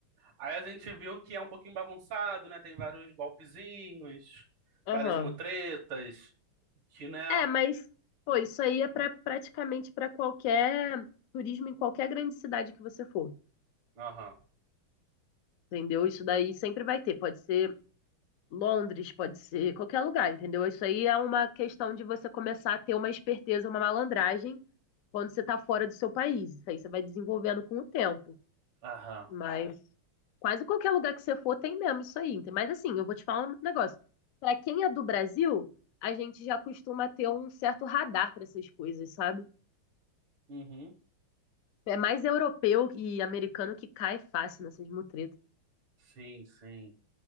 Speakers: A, on the right (about 80°); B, on the left (about 70°).
A: Aí a gente viu que é um pouquinho bagunçado, né? Tem vários golpezinhos,
B: Aham.
A: várias mutretas, que, né?
B: É, mas, pô, isso aí é pra, praticamente para qualquer turismo em qualquer grande cidade que você for.
A: Aham.
B: Entendeu? Isso daí sempre vai ter. Pode ser. Londres pode ser qualquer lugar, entendeu? Isso aí é uma questão de você começar a ter uma esperteza, uma malandragem quando você tá fora do seu país. Isso aí você vai desenvolvendo com o tempo. É.
A: Aham.
B: Mas quase qualquer lugar que você for tem mesmo isso aí. Mas assim, eu vou te falar um negócio. Pra quem é do Brasil, a gente já costuma ter um certo radar pra essas coisas, sabe?
A: Uhum.
B: É mais europeu e americano que cai fácil nessas mutretas.
A: Sim, sim.